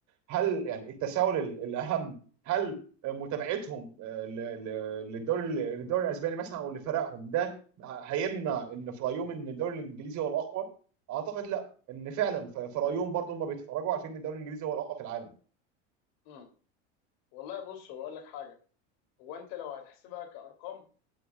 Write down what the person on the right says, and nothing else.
هل يعني التساؤل ال- الاهم هل متابعتهم آه، ل- ل- للدوري للدوري الاسباني مثلا او لفرقهم ده هيمنع ان في رايهم ان الدوري الانجليزي هو الاقوى؟ اعتقد لا ان فعلا في في رايهم برضه هم بيتفرجوا عارفين ان الدوري الانجليزي هو الاقوى في العالم.